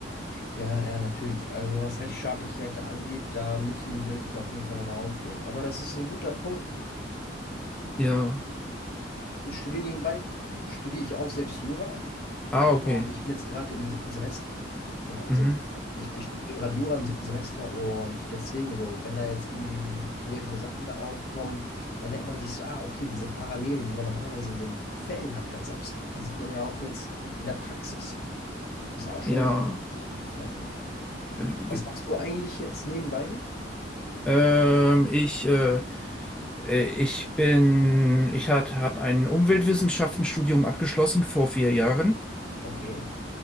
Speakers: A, on the left; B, in the centre.
A: Ja, ja, natürlich. Also was Rechtsstaatlichkeit da angeht, da müssen die Gerichte auf jeden Fall nochmal aufholen. Aber das ist ein guter Punkt.
B: Ja.
A: Ich studiere nebenbei, studiere ich auch selbst Jura
B: Ah, okay.
A: und ich bin jetzt gerade im siebten Semester. Genau, also
B: Mhm.
A: ich bin ich studiere gerade Jura im siebten Semester und deswegen so, wenn da jetzt irgendwie solche Sachen da aufkommen, dann denkt man sich so, ah, okay, diese Parallelen, die man normalerweise in den Fällen hat, ganz abstrakt, die sieht man ja auch jetzt in der Praxis. Das ist auch schon
B: Ja.
A: eine coole Sache, muss man sagen.
B: Dann,
A: Was
B: gibt-
A: machst du eigentlich jetzt nebenbei?
B: ähm, ich, äh, äh, ich bin, ich hat, habe ein Umweltwissenschaftenstudium abgeschlossen vor vier Jahren
A: Okay.